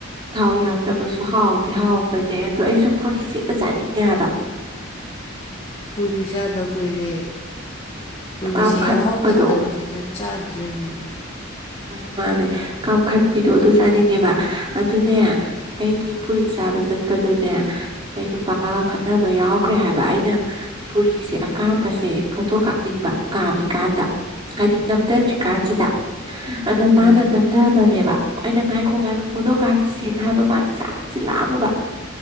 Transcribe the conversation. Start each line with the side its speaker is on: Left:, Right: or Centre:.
Right: ꯊꯥꯎ ꯌꯥꯝꯗꯕꯁꯨ ꯍꯥꯎꯗꯤ ꯍꯥꯎꯕꯅꯦ ꯑꯗꯣ ꯑꯩꯁꯨ ꯄꯨꯔꯤꯁꯦ ꯍꯦꯛꯇ ꯆꯥꯅꯤꯡꯉꯦ ꯍꯥꯏꯕ
Left: ꯄꯨꯔꯤ ꯆꯥꯗ ꯀꯨꯏꯔꯦ ꯄꯨꯔꯤꯁꯦ
Right: ꯀꯥꯝꯈꯠꯄꯗꯣ
Left: ꯌꯥꯍꯧ ꯉꯟꯗꯕꯅꯤꯅ ꯆꯥꯗ꯭ꯔꯦ ꯃꯤ
Right: ꯎꯝ ꯃꯥꯅꯦ ꯀꯥꯝꯈꯠꯄꯤꯗꯣ ꯑꯗꯨ ꯆꯥꯅꯤꯡꯉꯦꯕ ꯑꯗꯨꯅꯦ ꯑꯩꯗꯤ ꯄꯨꯔꯤ ꯆꯥꯕ ꯆꯠꯄꯗꯅꯦ ꯑꯩ ꯅꯨꯄꯥꯒ ꯈꯠꯅꯕ ꯌꯥꯎꯈ꯭ꯔꯦ ꯍꯥꯏꯕ ꯑꯩꯅ ꯄꯨꯔꯤꯁꯦ ꯑꯀꯥꯝꯕꯁꯦ ꯐꯣꯇꯣ ꯀꯥꯞꯅꯤꯡꯕ ꯀꯥꯝꯃꯤꯀꯥꯟꯗ ꯍꯥꯏꯗꯤ ꯅꯝꯗꯗ꯭ꯔꯤꯀꯥꯟꯁꯤꯗ ꯑꯗ
Left: ꯑꯥ
Right: ꯃꯥꯅ ꯅꯝꯗꯕꯅꯦꯕ ꯑꯩꯅ ꯉꯥꯏꯈꯣ ꯉꯥꯏꯈꯣ ꯐꯣꯇꯣ ꯀꯥꯞꯈꯤ ꯁꯦꯅ ꯍꯥꯏꯕ ꯃꯥꯗꯤ ꯆꯥꯛꯁꯤ ꯂꯥꯝꯃꯕ